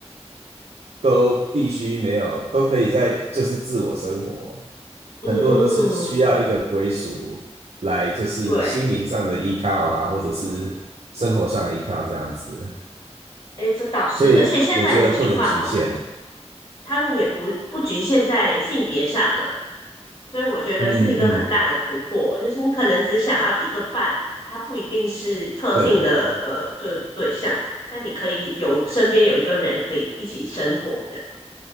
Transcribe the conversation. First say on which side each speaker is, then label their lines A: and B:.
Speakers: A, on the right; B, on the left.
A: 都必须没有，都可以在就是自我生活。
B: 嗯嗯嗯，
A: 很多人都是需要一个归属来，就是心灵上的依靠啊，
B: 对，
A: 或者是生活上的依靠这样子。
B: 哎，这倒是，
A: 所以我觉得不能局限。
B: 而且现在的情况哦，他们也不不局限在性别上了，所以我觉得是一个很大的突破，
A: 嗯嗯，
B: 就是你可能只想要一个伴，他不一定是特定的呃，
A: 对。
B: 就是对象，但你可以有身边有一个人可以一起生活，这样，